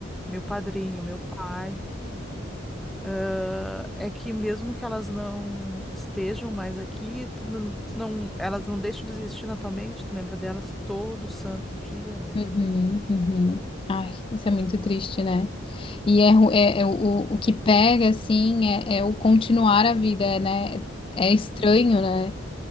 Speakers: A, in the centre; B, on the left.
A: meu padrinho, meu pai, ah, é que mesmo que elas não estejam mais aqui, tu não, tu não- elas não deixam de existir na tua mente, tu lembra delas todo santo dia, né?
B: Uhum, uhum. Ai, isso é muito triste, né? E é, ru- é, é o, o que pega, assim, é, é o continuar a vida, né? É estranho, né?